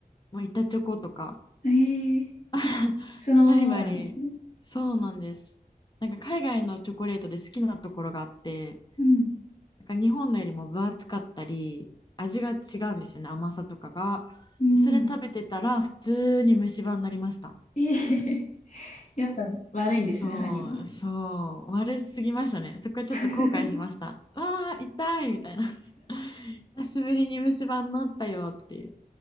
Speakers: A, on the left (about 30°); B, on the left (about 50°).
A: もう板チョコとか。
B: ええ
A: <laughs>
B: そのまんまなんですね。
A: バリバリ、そうなんです。なんか海外のチョコレートで好きなところがあって、
B: うん。
A: なんか日本のよりも分厚かったり、味が違うんですよね、甘さとかが。
B: うん。
A: それ食べてたら、普通に虫歯になりました。
B: ええ <laughs> やっぱ悪いんですね、
A: そう、
B: 歯には。
A: そう、悪すぎましたね。そこはちょっと後悔しました。
B: <laughs>
A: わあ、痛いみたいな。<laughs> 久しぶりに虫歯になったよっていう。